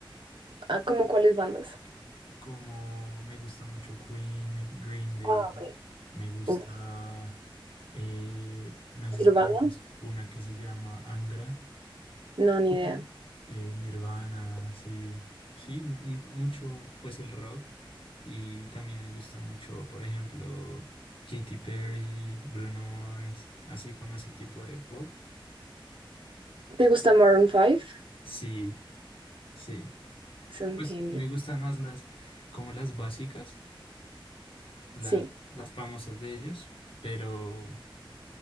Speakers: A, on the right; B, on the left.
A: Ah, ¿cómo cuáles bandas?
B: como me gusta mucho Queen, Green Day,
A: Ah, ok.
B: me gusta,
A: Uf,
B: eh, no sé
A: Nirvana.
B: si conoces una que se llama Angra.
A: No, ni idea.
B: eh, Nirvana, sí, sí, mu- mucho, pues el rock. Y también me gusta mucho, por ejemplo, Katy Perry, Bruno Mars, así como ese tipo de pop.
A: ¿Te gusta Maroon 5?
B: Sí, sí.
A: Son
B: Pues
A: genios.
B: me gustan más las, como las básicas, las,
A: Sí.
B: las famosas de ellos, pero,